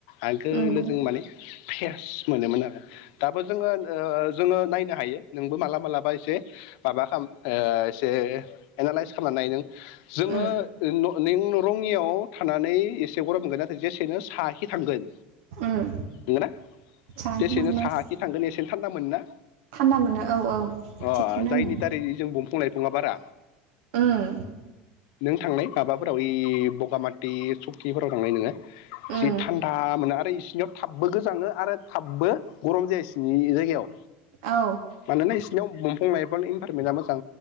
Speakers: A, on the left; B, on the right.
A: आगोलो
B: उम
A: जों माने फेस मोनोमोन आरो। दाबो जोङो ओ जोङो नायनो हायो नोंबो माला मालाबा एसे माबा खाम ओ एसे एनालाइस खालामना नाय नों। जोङो
B: उम
A: नै उनाव रङियाव थानानै एसे गरम मोनगोन नाथाय जेसेनो साहाखि थांगोन
B: उम।
A: नंगोना
B: साहाथिं
A: जेसेनो
B: थांबाय
A: साहाखि थांगोन एसेनो थान्दा मोनो ना?
B: थान्दा मोनो औ औ
A: अ
B: थिगखौनो होनदों
A: जायनि दारै जों बंफां लाइफाङा बारा।
B: ओम।
A: नों थांनाय माबाफोराव ओइ बगामाथि सकिफोराव थांनाय नोङो
B: उम
A: जि थान्दा आरो इसिनियाव थाबबो गोजाङो आरो थाबबो गरम जाया इसिनि जायगायाव।
B: औ
A: मानोना इसिनियाव बंफां लाइफांनि इन्भारमेन्टआ मोजां।